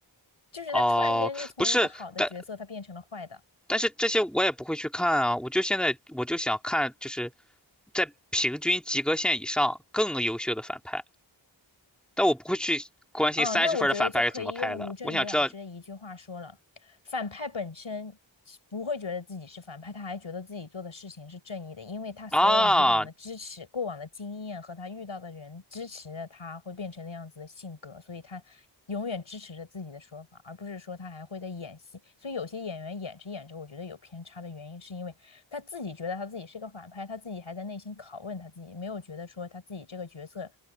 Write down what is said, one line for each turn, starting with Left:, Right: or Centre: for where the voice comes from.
Left: 就是他突然之间就从一个好的角色他变成了坏的。
Centre: 哦，不是，但但是这些我也不会去看啊。我就现在我就想看，就是在平均及格线以上更优秀的反派，但我不会去关心三十分儿的反派是怎么拍的。
Left: 哦，那我觉得就可以用吴镇宇老师的一句话说了：
Centre: 我想知道
Left: 反派本身不会觉得自己是反派，他还觉得自己做的事情是正义的，因为他所有以往的支持、
Centre: 啊，
Left: 过往的经验和他遇到的人支持着他，会变成那样子的性格，所以他永远支持着自己的说法，而不是说他还会在演戏。所以有些演员演着演着，我觉得有偏差的原因，是因为他自己觉得他自己是个反派，他自己还在内心拷问他自己，没有觉得说他自己这个角色